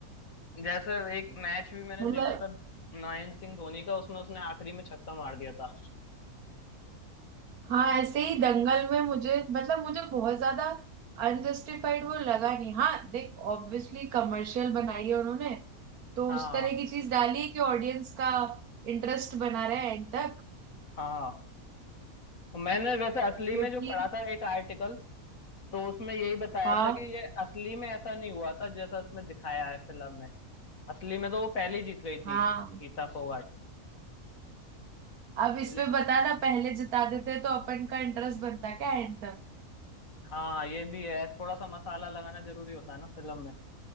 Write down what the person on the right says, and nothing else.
मतलब
हाँ ऐसे ही दंगल में मुझे मतलब मुझे बहुत ज्यादा अनजस्टिफाइड वो लगा नहीं हाँ देख ऑब्वियसली कमर्शियल बनाई है उन्होंने तो
उस तरह की चीज डाली है कि ऑडियंस का इंटरेस्ट बना रहे एंड तक
क्योंकि
हाँ
हाँ
अब इस
पे बता ना पहले जिता देते तो अपन का इंटरेस्ट बनता क्या एंड तक